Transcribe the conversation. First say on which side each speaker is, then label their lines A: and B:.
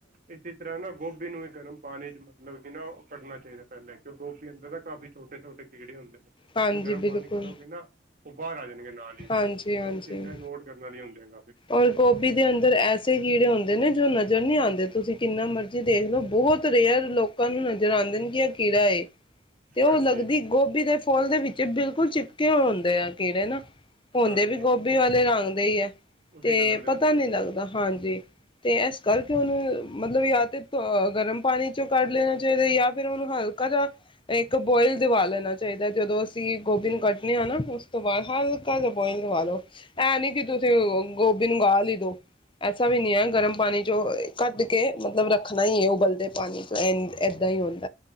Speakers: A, on the right (about 50°); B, on the left (about 30°).
A: ਇਸੇ ਤਰ੍ਹਾਂ ਨਾ ਗੋਭੀ ਨੂੰ ਹੀ ਗਰਮ ਪਾਣੀ ਚ ਮ ਮਤਲਬ ਨਾ ਕੱਨਾ ਚਾਹੀਦਾ ਪਹਿਲੇਾਂਉਂ ਗੋਭੀ ਅੰਦਰ ਤਾਂ ਕਾਫੀ ਛੋਟੇ-ਛੋਟੇ ਕੀੜੇ ਹੁੰਦੇ। ਨੇ ਤੁਸੀਂ
B: ਹਾਂਜੀ
A: ਗਰਮ ਪਾਣੀ
B: ਬਿਲਕੁਲ
A: ਕਰੋਗੇ ਨਾ ਉਹ ਬਾਹਰ ਆ ਜਾਣਗੇ ਨਾਲ ਹੀ
B: ਹਾਂਜੀ-ਹਾਂਜੀ।
A: ਇਹ ਵੀ ਚੀਜ਼ਾਂ ਨੋਟ ਕਰਨ ਵਾਲੀ ਹੁੰਦੇਆਂਮਮ ਨੇ।
B: ਔਰ ਗੋਭੀ ਦੇ ਅੰਦਰ ਐਸੇ ਕੀੜੇ ਹੁੰਦੇ ਨੇ ਜੋ ਨ ਨਜ਼ਰ ਨਜ਼ਰ ਨਹੀਂ ਆਂਦੇ ਤੁਸੀਂ ਕਿੰਨਾ ਮਰਜ਼ੀ ਦੇਖਲੋ ਬਹੁਤ <unintelligible> ਕੀੜਾ ਏ ਤੇ ਉਹ
A: ਹਾਂਜੀ
B: ਲੱਗਦੀ ਗੋਭੀ ਦੇ, ਫੁੱਲ ਦੇ ਵਿੱਚ ਬਿਲਕੁਲ ਚਿਪਕੇ ਹੁੰਦੇ ਆ ਕੀੜੇ ਨਾ, ਹੁਦੇ
A: ਹਾਂਜੀ
B: ਵੀ ਗੋਭੀ
A: ਉਸੀ
B: ਵਾਲੇ ਰੰਗ ਦੇ ਹੀ ਹੈ।
A: ਉਸੀ ਕਲਰ ਦੇ
B: ਪਤਾ
A: ਹੁੰਦੇ ਨੇ
B: ਨਹੀਂ
A: ਹਾਂਜੀ
B: ਲੱਗਦਾ ਹਾਂ ਜ ਤੇ ਇਸ ਕਰਕੇ ਉਹਨੂੰ ਮਤਲਬ ਜਾਂ ਤੇ ਗਰਮ ਪਾਣੀ ਚੋਂ ਕੱਢ ਲੈਣਾ ਚਾਹੀਦਾ ਜਾਂ ਫਿਰ ਉਹਨੂੰ ਹਲਕਾ ਜਾ ਇੱਕ ਬੋਇਲ ਦਵਾ ਲੈਣਾ ਚਾਹੀਦਾ ਜਦੋਂ ਅ ਕਿ ਗੋਭੀ ਨੂੰ ਕੱਟਣੇ ਹਾਂ ਨਾ ਉ ਬਸ ਹਲਕਾ ਜਾ ਬੋਇਲ ਕਰਵਾ ਦੋ ਐਂ ਨੀ ਕਿ ਤੁਸੀ, ਗੋਭੀ ਨੂੰ ਗਾਲ ਈ ਦਉ ਐਸਾ ਵੀ ਨਹੀਂ ਹੈ ਗਰਮ ਪਾਣੀ ਚੋਂ ਕੱਢ ਕੇ ਮਤਲਬ ਰੱਖਣਾ ਹੀ ਹੈ ਉਬਲਦੇ ਪਾਣੀ ਚ ਏਦਾਂ ਹੀ ਹ